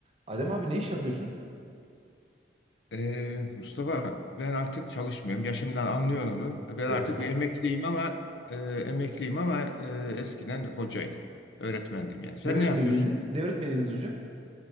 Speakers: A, on the right; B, on the left.
A: Adem abi ne iş yapıyorsun?
B: Ee, Mustafa ben artık çalışmıyorum. Yaşımdan anlıyorsun onu. Ben
A: Evet
B: artık
A: ha.
B: bir emekliyim ama e, emekliyim ama e, eskiden hocaydım. Öğretmendim yani. Sen
A: Ne öğretmeniydiniz?
B: ne yapıyorsun?
A: Ne öğretmeniydiniz hocam?